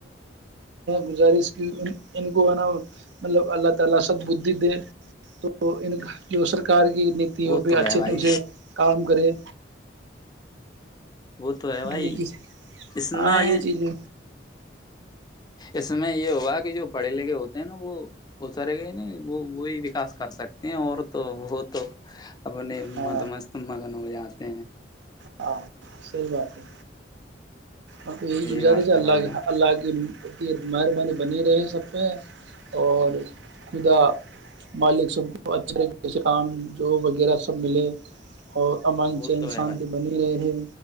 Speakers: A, on the right; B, on the left.
A: گزارش کے اوپر ان کو نا مطلب اللہ تعالی سب بدھ دے تو ان جو سرکار کی نیتیوں
B: وہ
A: پہ
B: تو
A: اچھے
B: ہے بھائی
A: ڈنگ سے کام کرے
B: وہ تو ہے بھائی
A: یہ
B: اس
A: ہاں
B: میں
A: یہ چیزیں
B: اس میں یہ ہوگا کہ جو پڑھے لکھے ہوتے ہیں نا وہ اترے گئے ہی نہیں وہ وہی وکاس کر سکتے ہیں اور تو وہ تو اپنے
A: ہاں
B: مت مست مگن ہو جات <inaudible>
A: ہاں صحی بات ہے آپ یہی گزار
B: بات ہے
A: اللہ
B: بھائی جان
A: اللہ کے مہربانی بنی رہے سب پہ اور خدا مالک سب کو اچھے جسے کام جو وغیرہ سب ملے اور امن
B: وہ
A: سے ان
B: تو ہے
A: شانتی
B: بھائی
A: بنی رہے